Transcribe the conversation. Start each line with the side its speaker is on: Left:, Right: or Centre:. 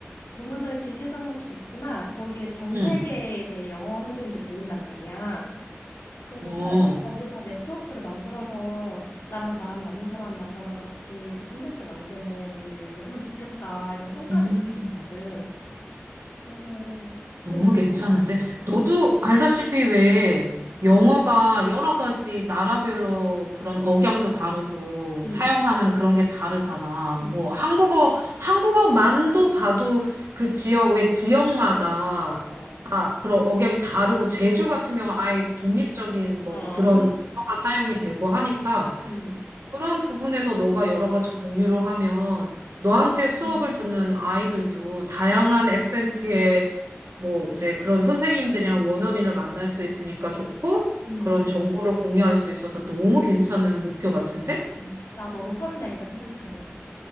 Left: 전문적인 지식 쌓는 것도 좋지만, 거기에 전
Right: 응.
Left: 세계의 이제 영어 선생님들이 모인단 말이야. 그래서
Right: 어.
Left: 거기서 네트워크를 만들어서 나랑 마음 맞는 사람 만나면 같이 그 콘텐츠 만드는 일을 하면 좋겠다, 이런 꿈까지
Right: 음.
Left: 가지고 있거든. 그래서 그게
Right: 너무
Left: 내 목표야.
Right: 괜찮은데? 너도 알다시피 왜 영어가 여러 가지 나라별로 그런 억양도 다르고
Left: 응,
Right: 사용하는 그런 게 다르잖아.
Left: 응,
Right: 뭐 한국어, 한국어만도 봐도 그 지역, 왜 지역마다
Left: 맞아. 어,
Right: 아, 그런 억양이 다르고 제주 같은 경우 아예 독립적인 뭐
Left: <laughs>
Right: 그런 언어가 사용이 되고 하니까
Left: 응,
Right: 그런 부분에서 너가 여러 가지 공유를 하면 너한테 수업을
Left: 응,
Right: 듣는 아이들도 다양한 액센트의 뭐 이제 그런 선생님들이랑 원어민을 만날 수 있으니까 좋고
Left: 응.
Right: 그런 정보를 공유할 수 있어서 너무 괜찮은 목표 같은데?
Left: 음, 나 너무 설레, 이거 생각하면.